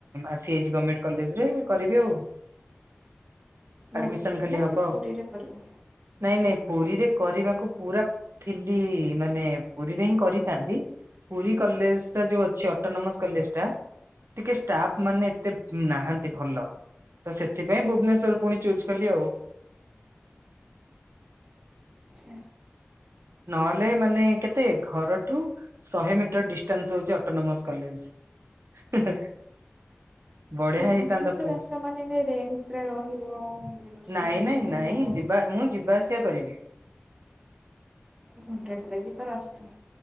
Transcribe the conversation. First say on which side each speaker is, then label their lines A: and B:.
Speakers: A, on the right; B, on the right.
A: ଆସିଯାଇଛି ଗଣମେଣ୍ଟ କଲେଜରେ କରିବି ଆଉ। ଆଡମିସନ
B: ଭୁବନେଶ୍ୱର
A: ଖାଲି
B: ନା
A: ହବ
B: ସେ
A: ଆଉ
B: ପୁରୀରେ କରିବ?
A: ନାଇଁ ନାଇଁ ପୁରୀରେ କରିବାକୁ ପୁରା ଥିବି, ମାନେ ପୁରୀରେ ହିଁ କରିଥାନ୍ତି ପୁରୀ କଲେଜ ଟା ଯୋଉ ଅଛି ଅଟୋନୋମସ କଲେଜ ଟା ଟିକେ ଷ୍ଟାଫ ମାନେ ଏତେ ନାହାନ୍ତି ଭଲ। ତ ସେଥିପାଇଁ ଭୁବନେଶ୍ଵର ପୁଣି ଚୁଜ୍ କଲି ଆଉ।
B: ଛ
A: ନହେଲେ ମାନେ କେତେ ଘରଠୁ ଶହେ ମିଟର ଡିଷ୍ଟାନ୍ସ ହଉଛି ଅଟୋନମସ କଲେଜ। ବଢିଆ
B: ଓ
A: ହେଇଥାନ୍ତା
B: ଭୁବନେଶ୍ୱରରେ
A: ପୁ
B: ଅଛ ମାନେ ଏଇନେ ରେଣ୍ଟରେ ରହିବ, ନିଜେ ରୋଷେଇ
A: ନାଇଁ
B: କରିକି
A: ନାଇଁ
B: ଖାଇବ
A: ନାଇଁ ଯିବା ମୁଁ ଯିବା ଆସିବା କରିବି।
B: ଘଣ୍ଟାଟେ ଲାଗିବ ତ ରାସ୍ତା।